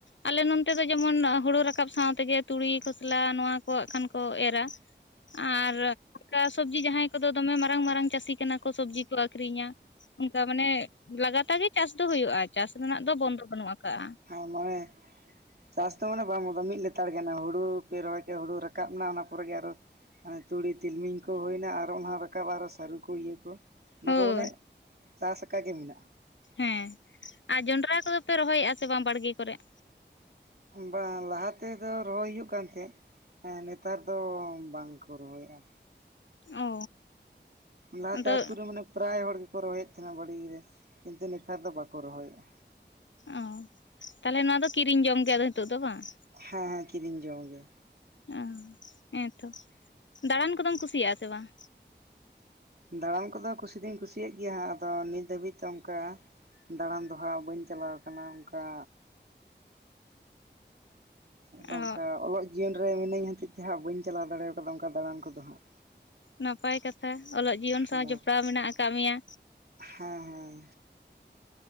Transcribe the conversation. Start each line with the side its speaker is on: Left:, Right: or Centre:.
Left: ᱟᱞᱮ ᱱᱚᱱᱛᱮ ᱫᱚ ᱡᱮᱢᱚᱱ ᱦᱩᱲᱩ ᱨᱟᱠᱟᱵ ᱥᱟᱶᱛᱮᱜᱮ ᱛᱩᱲᱤ ᱠᱷᱚᱥᱞᱟ ᱱᱚᱣᱟ ᱠᱚᱣᱟᱜ ᱠᱷᱟᱱ ᱠᱚ ᱮᱨᱟ
Right: ᱦ <unintelligible>
Left: ᱟᱨ ᱟᱱᱠᱟ ᱥᱚᱵᱡᱤ ᱡᱟᱦᱟᱸᱭ ᱠᱚᱫᱚ ᱫᱚᱢᱮ ᱢᱟᱨᱟᱝ ᱢᱟᱨᱟᱝ ᱪᱟᱹᱥᱤ ᱠᱟᱱᱟ ᱠᱚ ᱥᱚᱵᱡᱤ ᱠᱚ ᱟᱠᱷᱨᱤᱧᱟ ᱚᱱᱠᱟ ᱢᱟᱱᱮ ᱞᱟᱜᱟᱛᱟᱨ ᱜᱮ ᱪᱟᱥ ᱫᱚ ᱦᱩᱭᱩᱜᱼᱟ ᱪᱟᱥ ᱨᱮᱱᱟᱜ ᱫᱚ ᱵᱚᱱᱫᱚ ᱵᱟᱹᱱᱩᱜ ᱟᱠᱟᱫᱟᱼᱟ
Right: ᱟᱨ ᱢᱬᱮ <unintelligible> ᱪᱟᱥ ᱫᱚ ᱢᱟᱱᱮ ᱵᱟᱢ ᱢᱤᱫ ᱞᱮᱛᱟᱲ ᱜᱮ ᱦᱩᱲᱩ ᱯᱮ ᱨᱚᱦᱚᱭ ᱠᱮᱫ ᱦᱩᱲᱩ ᱨᱟᱠᱟᱵ ᱮᱱᱟ ᱚᱱᱟ ᱯᱚᱨᱮ ᱜᱮ ᱟᱨᱚ ᱮ ᱛᱩᱲᱤ ᱛᱤᱞᱢᱤᱧ ᱠᱚ ᱦᱩᱭᱱᱟ ᱟᱨ ᱚᱱᱟ ᱨᱟᱠᱟᱵ ᱟᱨᱚ ᱥᱟᱹᱨᱩ ᱠᱚ ᱤᱭᱟᱹ ᱠᱚ ᱚᱱᱟ
Left: ᱦᱳᱭ
Right: ᱠᱚ ᱢᱟᱱᱮ ᱪᱟᱥ ᱟᱠᱟ ᱜᱮ ᱢᱮᱱᱟᱜᱼᱟ
Left: ᱦᱮᱸ ᱟᱨ ᱡᱚᱱᱰᱨᱟ ᱠᱚᱫᱚᱯᱮ ᱨᱚᱦᱚᱭᱮᱫᱟ ᱥᱮ ᱵᱟᱝ ᱵᱟᱲᱜᱮ ᱠᱚᱨᱮᱫ
Right: ᱵᱟᱝ ᱞᱟᱦᱟ ᱛᱮᱫᱚ ᱨᱚᱦᱚᱭ ᱦᱩᱭᱩᱜ ᱠᱟᱱ ᱛᱟᱦᱮᱸᱫ ᱦᱮᱸ ᱱᱮᱛᱟᱨ ᱫᱚ ᱵᱟᱝ ᱠᱚ ᱨᱚᱦᱚᱭᱮᱫᱼᱟ
Left: ᱚ
Right: ᱞᱟᱦᱟᱛᱮ
Left: ᱟᱫᱚ
Right: ᱟᱛᱩᱨ ᱨᱮ ᱢᱟᱱᱮ ᱯᱨᱟᱭ ᱦᱚᱲ ᱜᱮᱠᱚ ᱨᱚᱦᱚᱭᱮᱫ ᱛᱟᱦᱮᱱᱟ ᱵᱟᱲᱜᱮ ᱨᱮ ᱠᱤᱱᱛᱩ ᱱᱮᱛᱟᱨ ᱫᱚ ᱵᱟᱠᱚ ᱨᱚᱦᱚᱭᱮᱫᱼᱟ
Left: ᱚ ᱛᱟᱞᱦᱮ ᱱᱚᱣᱟ ᱫᱚ ᱠᱤᱨᱤᱧ ᱡᱚᱢ ᱜᱮ ᱱᱤᱛᱳᱜ ᱫᱚ ᱵᱟᱝ
Right: ᱦᱮᱸ ᱦᱮᱸ ᱠᱤᱨᱤᱧ ᱡᱚᱢ ᱜᱮ
Left: ᱚ ᱦᱮᱸᱛᱚ ᱫᱟᱬᱟᱱ ᱠᱚᱫᱚᱢ ᱠᱩᱥᱤᱭᱟᱜᱼᱟ ᱥᱮ ᱵᱟᱝ
Right: ᱫᱟᱬᱟᱱ ᱠᱚᱫᱚ ᱠᱩᱥᱤ ᱫᱚᱩᱧ ᱠᱩᱥᱤᱭᱟᱜ ᱜᱮᱭᱟᱜ ᱟᱫᱚ ᱱᱤᱛ ᱫᱷᱟᱹᱵᱤᱡ ᱛᱮᱚᱱᱠᱟ ᱫᱟᱬᱟᱱ ᱫᱚᱦᱟᱜ ᱵᱟᱹᱧ ᱪᱟᱞᱟᱣ ᱟᱠᱟᱱᱟ ᱚᱱᱠᱟ ᱟᱫᱚ
Left: ᱚ
Right: ᱚᱱᱠᱟ ᱚᱞᱚᱜ ᱡᱤᱭᱚᱱ ᱨᱮ ᱢᱤᱱᱟᱹᱧ ᱦᱚᱛᱮᱡ ᱛᱮᱦᱟᱸᱜ ᱵᱟᱹᱧ ᱪᱟᱞᱟᱣ ᱫᱟᱲᱮ ᱠᱟᱫᱟ ᱚᱱᱠᱟ ᱫᱟᱬᱟᱱ ᱠᱚᱫᱚ ᱦᱟᱸᱜ
Left: ᱱᱟᱯᱟᱭ ᱠᱟᱛᱷᱟ ᱚᱞᱚᱜ ᱡᱤᱭᱚᱱ ᱥᱟᱶ
Right: ᱦᱮᱸ
Left: ᱡᱚᱯᱲᱟᱣ ᱢᱮᱱᱟᱜ ᱟᱠᱟᱫ ᱢᱮᱭᱟ
Right: ᱦᱮᱸ ᱦᱮᱸ